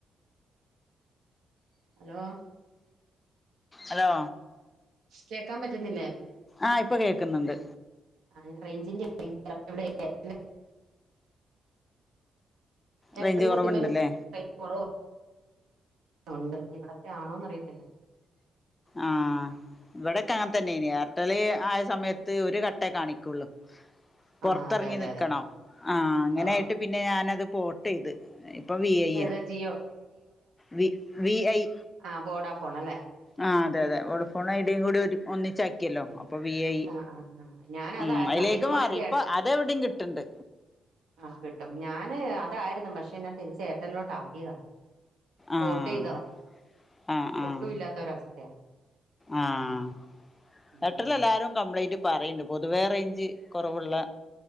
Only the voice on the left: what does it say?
അലോ
ആഹ് ഇപ്പൊ കേൾക്ക്ന്നുണ്ട്.
റേഞ്ച് കുറവുണ്ടല്ലേ
ആഹ് ഇവടെക്കെ അങ്ങൻ തന്നെണ് ഏർട്ടേല് ആയ സമയത്ത് ഒരു കട്ടേ കാണിക്കും. ഉള്ളു പൊറത്തറങ്ങി
നിക്കണം
ആഹ്‌ അങ്ങനേ
ആയിട്ട് പിന്നെ ഞാനത് പോ ട്ടീത്, ഇപ്പൊ വി ഐ യാ
വി വീ അയ്
ആഹ്‌ അതെ അതെ വോഡ ഫോൺ ഐഡിയും കൂടി ഒരു ഒന്നിച്ചാക്കിയല്ലോ അ ഇപ്പൊ വി ഐ
ഉം അയ്ലേക്ക്
മാറി
ഇപ്പൊ അതെവിടിം കിട്ട്ണ്ട്.
ആഹ് ആഹ് ആഹ്
ആഹ്
ഏർട്ടൽല് എല്ലാരും കംപ്ലൈന്റ് പറയ്ണ്ട് പൊതുവേ റേഞ്ച് കൊറവുള്ള